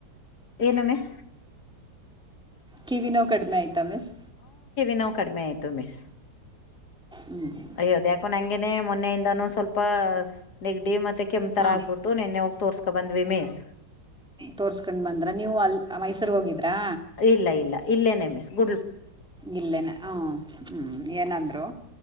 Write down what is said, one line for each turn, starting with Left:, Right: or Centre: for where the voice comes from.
Left: ಏನು ಮೀಸ್.
Centre: ಕಿವಿ ನೋವು ಕಡಿಮೆ ಆಯ್ತಾ ಮಿಸ್.
Left: ನ ಕಡಿಮೇ ಆಯ್ತು ಮಿಸ್
Centre: ಹ್ಮ್
Left: ಆಯೋ ಮೊನ್ನೆಯಿಂದಾನ ಸ್ವಲ್ಪ ನೆಗಡಿ ಮತ್ತೆ ಕೆಂ ತರ
Centre: ಹಾ
Left: ಆಗ್ಬಿಟ್ಟು ನಿನ್ನೆ ಹೋಗ. ತೋರ್ಸ್ಕೊ ಬಂದ್ವಿ ಮೀಸ್.
Centre: ತೋರ್ಸ್ಕೊಂಡ್ ಬಂದ್ರ ನೀವು ಅಲ್ಲಿ ಮೈಸೂರ್ಗೆ ಹೋಗಿದ್ರಾ
Left: ಇಲ್ಲ ಇಲ್ಲ ಇಲ್ಲೇನೆ ಮಿಸ್ ಗು
Centre: ಇಲ್ಲೇನೆ ಹ ಹ್ಮ್ ಏನಂದ್ರು.